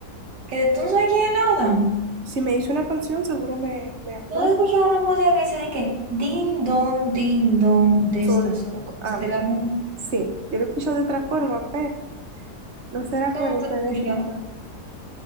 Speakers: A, on the right (about 85°); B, on the right (about 50°).
A: ¿Que tú no sabes quién es Leodan?
B: Si me hice una canción, seguro me, me acuerdo.
A: ¿No he escuchado una música que dice de que din don, din don, de
B: Solo,
A: estas cosas?
B: ah,
A: De la... ¿Cómo
B: sí, yo lo escucho de otra forma, pero no será
A: tú
B: coherente
A: has escuchado?
B: decirlo.